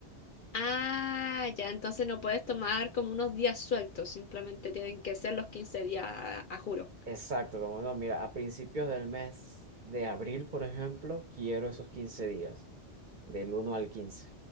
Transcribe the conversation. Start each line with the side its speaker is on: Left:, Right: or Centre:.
Left: Ah, ya, entonces no puedes tomar como unos días sueltos, simplemente tienen que ser los 15 días a, a juro.
Right: Exacto, como no, mira, a principios del mes de abril, por ejemplo, quiero esos 15 días, del uno al quince